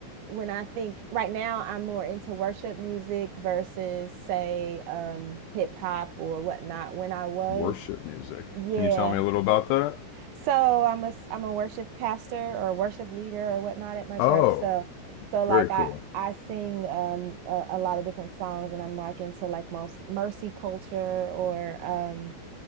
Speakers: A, on the right (about 75°); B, on the left (about 90°).
A: when I think right now I'm more into worship music versus say um hip hop or whatnot. When I was
B: worship music.
A: Yeah.
B: Can you tell me a little about that?
A: So I'm a s- I'm a worship pastor or worship leader or whatnot at my church.
B: Oh,
A: So so like
B: very
A: I
B: cool.
A: I sing um a, a lot of different songs and I'm like into like most mercy culture or um